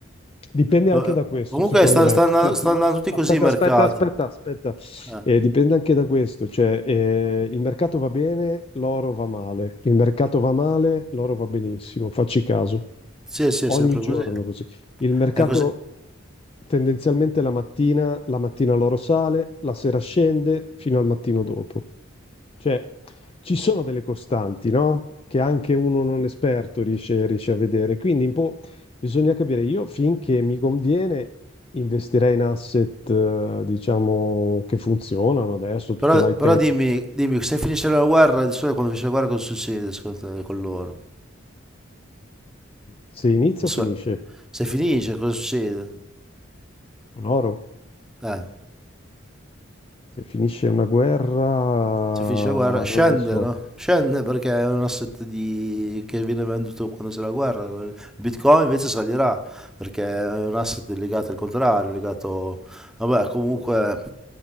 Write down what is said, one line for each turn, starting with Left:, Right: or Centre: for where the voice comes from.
Left: Dipende anche
Centre: Eh,
Left: da questo,
Centre: Comunque
Left: secondo
Centre: sta,
Left: me.
Centre: sta andan-
Left: Cioè,
Centre: sta
Left: quando-
Centre: andando tutti
Left: Aspetta,
Centre: così i mercati.
Left: aspetta, aspetta, aspetta.
Centre: Eh,
Left: Eh, dipende anche da questo. Cioè, eh, il mercato va bene, l'oro va male. Il mercato va male, l'oro va benissimo. Facci caso.
Centre: sì, sì,
Left: Ogni
Centre: è sempre
Left: giorno
Centre: così.
Left: così. Il mercato
Centre: È così.
Left: tendenzialmente la mattina, la mattina l'oro sale, la sera scende fino al mattino dopo. Cioè, ci sono delle costanti, no? Che anche uno non esperto riesce, riesce a vedere. Quindi un po' bisogna capire. Io finché mi conviene investirei in asset, eh, diciamo, che funzionano adesso, tutta
Centre: Però,
Left: l'high
Centre: però
Left: tech.
Centre: dimmi, dimmi, se finisce la guerra, di solito quando finisce la guerra cosa succede secondo te con loro?
Left: Se inizia
Centre: Di soli-
Left: o finisce?
Centre: se finisce cosa succede?
Left: Con oro?
Centre: Eh,
Left: Se finisce una guerra,
Centre: se finisce la guerra scende,
Left: non lo so.
Centre: no? Scende perché è un asset di... che viene venduto quando c'è la guerra. Il Bitcoin invece salirà perché è un asset legato al contrario, legato... Vabbè, comunque,
Left: Ok.